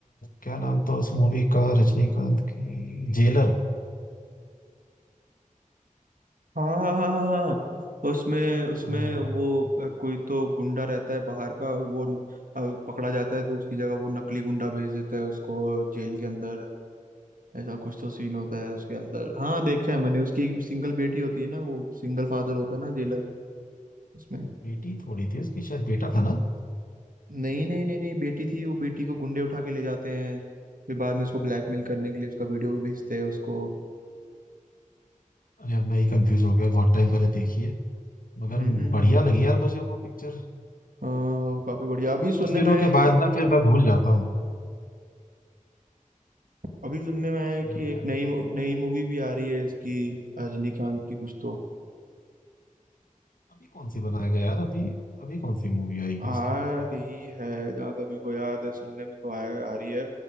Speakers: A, on the left; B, on the right.
A: क्या नाम था उस मूवी का रजनीकांत की जेलर
B: हाँ हाँ हाँ हाँ हाँ। उसमें उसमें
A: अ,
B: वो अ, कोई तो गुंडा रहता है बाहर का वो अ, पकड़ा जाता है तो उसकी जगह वो नकली गुंडा भेज देता है उसको जेल के अंदर ऐसा कुछ तो सीन होता है उसके
A: वो
B: अंदर हाँ देखा है मैंने उसकी एक सिंगल बेटी होती है ना वो सिंगल फादर होता है ना जेलर उसमें
A: बेटी थोड़ी थी उसकी शायद बेटा था ना
B: नहीं नहीं नहीं नहीं बेटी थी वो बेटी को गुंडे उठा के ले जाते हैं फिर बाद में उसको ब्लैकमेल करने के लिए उसका वीडियो भी भेजते हैं उसको
A: अरे अब मैं ही कंफ्यूज हो गया बहुत टाइम पहले देखी है मगर
B: हम्म हम्म,
A: बढ़िया
B: हम्म।
A: लगी यार मुझे वो पिक्चर
B: हाँ, काफी बढ़िया अभी सुनने
A: कुछ दिनों
B: में आया
A: के
B: है कि
A: बाद ना फिर मैं भूल जाता हूँ
B: अभी सुनने में आया
A: क्या सुनने
B: है कि
A: गया
B: एक नई मू- नई मूवी भी आ रही है इसकी रजनीकांत की कुछ तो
A: अभी कौन सी बनाएगा यार अभी अभी कौन सी मूवी आएगी
B: आ
A: उसकी
B: रही है जहाँ तक मेरे को याद है सुनने में तो आया आ रही है